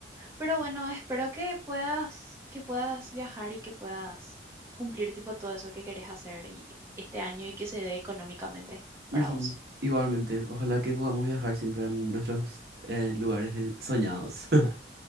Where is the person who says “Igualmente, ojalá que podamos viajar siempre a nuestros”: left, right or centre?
Right